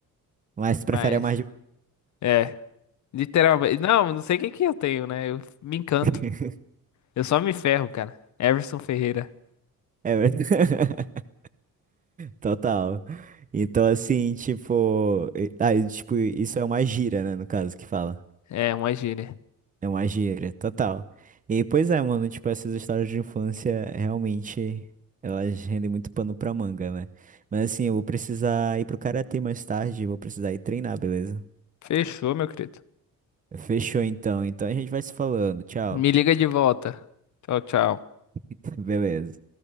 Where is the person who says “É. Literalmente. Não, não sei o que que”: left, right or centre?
Left